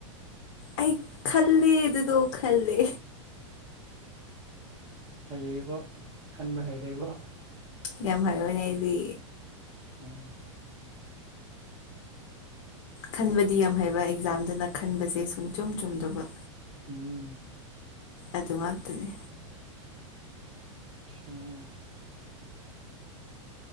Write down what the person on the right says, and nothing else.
ꯍꯩꯔꯦꯕꯣ ꯈꯟꯕ ꯍꯩꯔꯦꯕꯣ
<unintelligible>
ꯎꯝ
ꯁꯌ꯭ꯥ